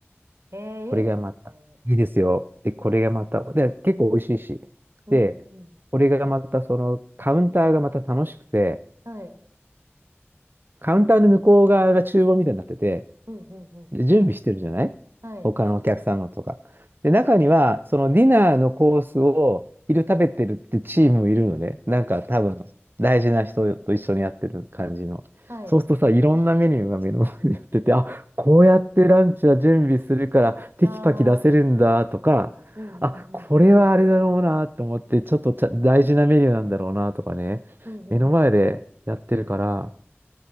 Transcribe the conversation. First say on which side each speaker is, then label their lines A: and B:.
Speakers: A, on the right; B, on the right.
A: へえ、
B: これがまた、
A: いいですね。
B: いいですよ。で、これがまた、で、結構美味しいし。
A: うんうん。
B: で、これがまた、その、カウンターがまた楽しくて、
A: はい。
B: カウンターの向こう側が厨房みたいになってて、
A: うんうんうん。
B: で、準備してるじゃない他のお客さんのとか。
A: はい。
B: で、中には、そのディナーのコースを昼食べてるってチームもいるので、なんか多分、
A: うん
B: 大事な人と一緒にやってる感じの。
A: はい。
B: そうするとさ、いろんなメニューが目の前にやってて、あ、こうやってランチは準備するから、テキパキ出せるんだとか、
A: ああ、うんうんうん。
B: あ、これはあれだろうなと思って、ちょっとちゃ大事なメニューなんだろうなとかね、
A: うんう
B: 目の前でやってるから、